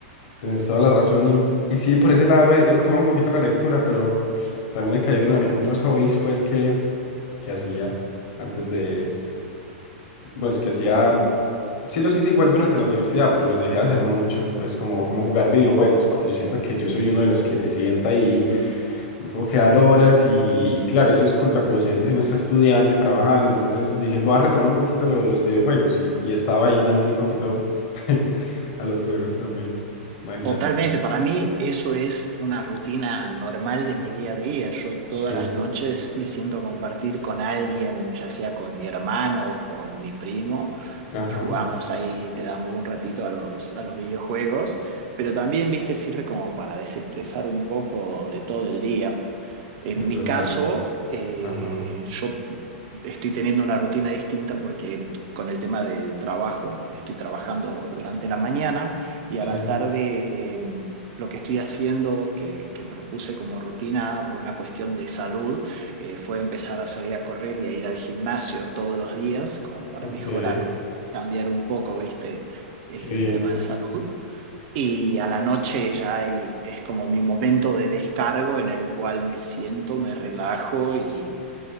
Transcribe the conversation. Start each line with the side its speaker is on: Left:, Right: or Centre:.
Left: tenés toda la razón. Y, y sí, por ese lado he, he retomado un poquito la lectura, pero también he caído en, en otros hobbies, pues, que, que hacía antes de, bueno, es que hacía, sí los hice igual durante la universidad, pero los dejé de hacer mucho, pues, como, como jugar videojuegos, porque yo siento que yo soy uno de los que se sienta Me puedo quedar horas y, y claro, eso es contraproducente si uno está estudiando y trabajando. Entonces dije, voy a retomar un poquito lo- los videojuegos y, y estaba ahí dándole un poquito <laughs> a los juegos también. Imagínate.
Right: Totalmente, para mí eso es una rutina normal de mi día a día. Yo todas
Left: Sí,
Right: las noches me siento a compartir con alguien, ya sea con mi hermano o con mi primo,
Left: ajá,
Right: y jugamos ahí, le damos un ratito a los, a los videojuegos, pero también, viste, sirve como para desestresar un poco de todo el día. En
Left: es
Right: mi
Left: verdad.
Right: caso, eh,
Left: Ajá,
Right: yo estoy teniendo una rutina distinta porque con el tema del trabajo, estoy trabajando durante la mañana y
Left: sí,
Right: a la tarde eh, lo que estoy haciendo, que, que me lo puse como rutina por una cuestión de salud, eh, fue empezar a salir a correr y a ir al gimnasio todos los días como para
Left: ok,
Right: mejorar
Left: qué
Right: o cambiar un poco, ¿viste? El
Left: bien.
Right: tema de salud. Y a la noche ya hay- es como mi momento de descargo en el cual me siento, me relajo y